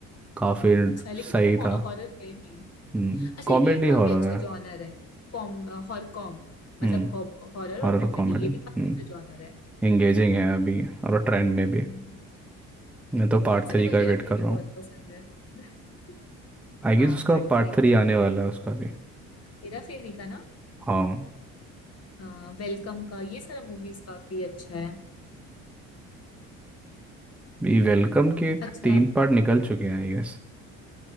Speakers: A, in the centre; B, on the left.
A: काफी
B: अच्छा लेकिन
A: सही
B: वो
A: था
B: हॉरर है ही नहीं
A: हम्म
B: अच्छा
A: कॉमेडी
B: ये काफी
A: हॉरर
B: अच्छा
A: है
B: जॉनर है कॉम हॉर कॉम मतलब
A: Hmm
B: हॉरर
A: horror
B: और कॉमेडी
A: comedy
B: ये
A: हम्म
B: भी काफी अच्छा जॉनर है
A: एंगेजिंग है अभी और ट्रेंड में भी
B: हम्म
A: मैं तो
B: से
A: पार्ट थ्री
B: मेरे
A: का
B: को हेरा
A: वेट
B: फेरी
A: कर रहा
B: बहुत
A: हूँ
B: पसंद है <laughs>
A: आई गेस
B: हाँ
A: उसका
B: पार्ट
A: पार्ट
B: थ्री
A: थ्री
B: का भी
A: आने वाला है उसका भी
B: हेरा फेरी का ना
A: हाँ
B: हाँ वेलकम का ये सारा मूवीज काफी अच्छा है
A: ये वेलकम के
B: अच्छा
A: तीन
B: है
A: पार्ट निकल चुके हैं आई गेस